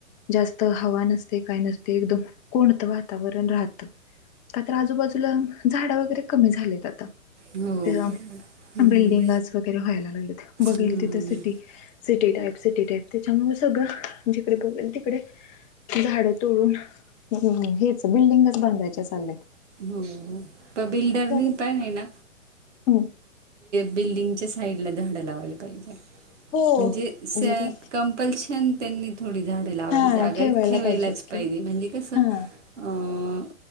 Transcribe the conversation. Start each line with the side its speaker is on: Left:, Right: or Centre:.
Left: जास्त हवा नसते काय नसते एकदम कोणतं वातावरण राहतं का तर आजूबाजूला झाड वगैरे कमी झालेत आता
Right: हो
Left: ते
Right: बरोबर हम्म,
Left: बिल्डिंगज वगैरे व्हायला लागले बघल
Right: हम्म.
Left: तथ सिटी टाप सिटी टाप तेच्यामुळे सगळं जिकडे बघल तिकडे झाड तोडून हेच बिल्डिंगच बांधायचे चाललेत.
Right: हो प बिल्डरनी
Left: की
Right: पण आहे ना.
Left: हम्म
Right: बिल्डिंगच्या साईडला झाड लावायला पाहिजे
Left: हो
Right: म्हणजे सेहद
Left: जरी
Right: कम पलशन त्यांनी थोडी झाडं लावाय
Left: हा
Right: जागा
Left: ठेवायला
Right: ठेवायलाच
Left: पाहिजेत की
Right: पाहिजे म्हणजे कसं
Left: हा
Right: अं